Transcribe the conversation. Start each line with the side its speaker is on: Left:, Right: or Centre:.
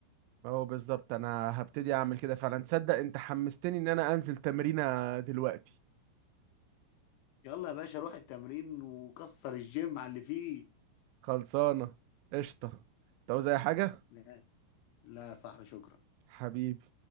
Right: اهو بالظبط انا هبتدي اعمل كده فعلا تصدق انت حمستني ان انا انزل تمرينة دلوقتي
Left: يلا يا باشا روح التمرين وكسر الجيم على اللي فيه
Right: خلصانة قشطة انت عاوز اي حاجة
Left: لا لا يا صاحبي شكرا
Right: حبيبي